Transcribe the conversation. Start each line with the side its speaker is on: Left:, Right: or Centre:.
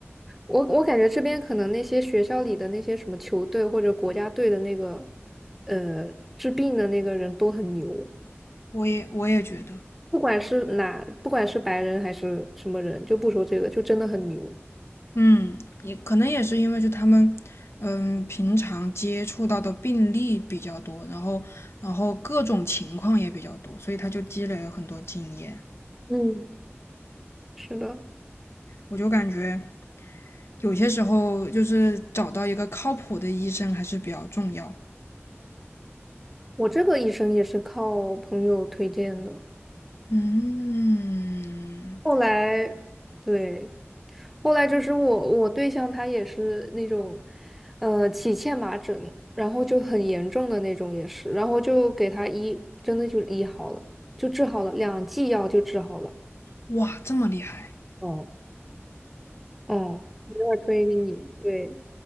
Centre: 我我感觉这边可能那些学校里的那些什么球队或者国家队的那个，呃，治病的那个人都很牛。
Left: 我也我也觉得。
Centre: 不管是哪，不管是白人还是什么人，就不说这个，就真的很牛。
Left: 嗯，也可能也是因为就他们，嗯，平常接触到的病例比较多，然后然后各种情况也比较多，所以他就积累了很多经验。
Centre: 嗯，是的，
Left: 我就感觉有些时候就是找到一个靠谱的医生还是比较重要。
Centre: 我这个医生也是靠朋友推荐的。
Left: 嗯，
Centre: 后来，对，后来就是我我对象他也是那种，呃，起荨麻疹，然后就很严重的那种也是，然后就给他医，真的就医好了，就治好了，两剂药就治好了。
Left: 哇，这么厉害！
Centre: 哦，哦，一会儿推给你，对，